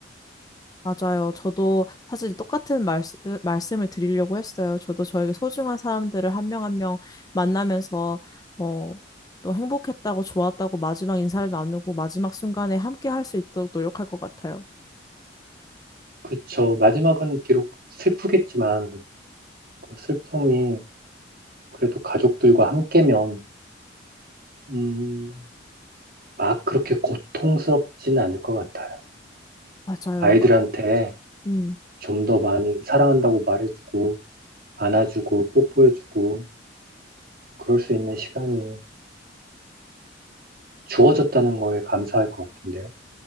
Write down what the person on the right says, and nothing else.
그쵸. 마지막은 비록 슬프겠지만, 그 슬픔이 그래도 가족들과 함께면, 음, 막 그렇게 고통스럽진 않을 것 같아요.
아이들한테
좀 더 많이 사랑한다고 말해주고, 안아주고, 뽀뽀해주고, 그럴 수 있는 시간이 주어졌다는 거에 감사할 것 같은데요.